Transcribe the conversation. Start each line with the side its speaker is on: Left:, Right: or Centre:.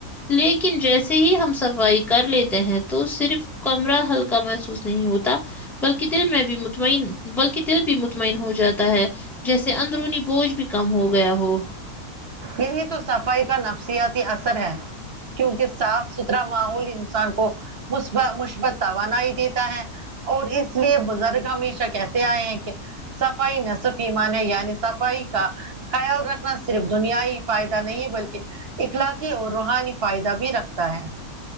Centre: لیکن جیسے ہی ہم صفائی کر لیتے ہیں تو صرف کمرہ ہلکا محسوس نہیں ہوتا بلکہ دل میں بھی مط مئن بلکہ دل بھی مطمئن ہو جاتا ہے جیسے اندرونی بوجھ بھی کم ہو گیا ہو
Right: یہی تو صفائی کا نفسیاتی اثر ہے کیونکہ صاف ستھرا ماحول انسان کو مثبا مثبت توانا ہی دیتا ہے اور اس لیے بزرگ ہمیشہ کہتے آئے ہیں کہ صفائی نصف ایمان ہے یعنی صفائی کا خیال رکھ صرف دنیائی فائدہ نہیں بلکہ اخلاقی اور روحانی فائدہ بھی رکھتا ہے